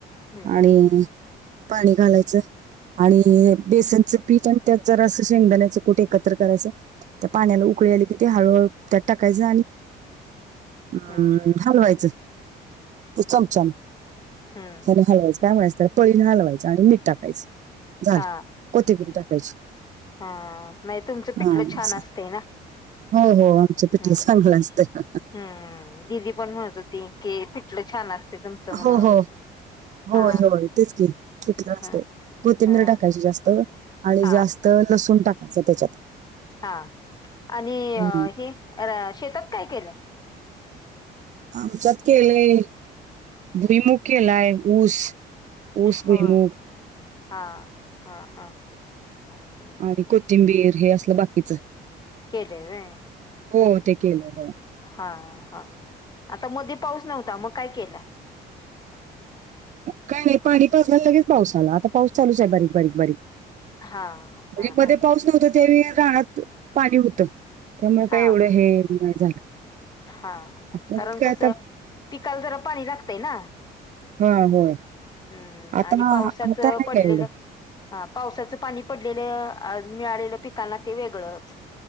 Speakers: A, on the left (about 25°); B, on the right (about 45°).
A: हम्म
B: आणि पाणी घालायचं आणि
A: हम्म
B: बेसनचं पीठ आणि त्यात जरा असं शेंगदाण्याचं कुठ एकत्र करायचं त्या पाण्याला उकळी आले कि ते हळूहळू त्यात टाकायचं आणि हम्
A: हम्म
B: हलवायचं
A: हम्म
B: चमच्यान
A: हम्म हम्म
B: चमच्यान हलवायचं
A: हम्म.
B: त्यामुळेच त्या पळीने हलवायचं आणि मीठ टाकायचं झालं
A: हा
B: कोथिंबीर टाकायची
A: हा तुमचं पिठलं
B: हा
A: छान
B: असं
A: असत ना
B: हो हो आमच पिठले
A: हम्म
B: चांगलं असतय
A: हम्म दिदी पण म्हणत होती की पीटलं छान असतय तुमचं म्हणून
B: हो हो होय
A: हा
B: होय तेच की पिठलं असतय
A: ह
B: कोथिंबीर
A: ह
B: टाकायची जास्त आणि
A: हा
B: जास्त तर लसूून टाकायचं त्याच्यात
A: हा आणि
B: हम्म.
A: हे शेतात काय केलंय
B: आमच्यात केलंय भूईमुग केलाय ऊस ऊस भूईमुग
A: होय हा हा हा हम्
B: आणि कोथिंबीर हे असलं बाकीच
A: केलय व्हय
B: हो ते केलं होय
A: हा हा आता मध्ये पाऊस नव्हता मग काय केलं
B: काय नाही पाणी पाजलं आणि लगेच पाऊस आला आता पाऊस चालूच आहे बारीक बारीक बारीक
A: हा
B: म्हणजे
A: हा
B: मध्ये
A: हा
B: पाऊस नव्हता त्यावेळी रानात पाणी होत त्यामुळे
A: हा
B: काय एवढं हे नाय झालं
A: हा
B: परत
A: कारण
B: काय
A: कसंय
B: आता
A: पिकाला जरा पाणी लागतंय ना
B: हा होय
A: हम्म
B: आता
A: आणि पावसाचं
B: आता नाही
A: पडलेलं
B: काय एवढं.
A: हा पावसाचं पाणी पडलेलं मिळालेलं पिक काना ते वेगळंच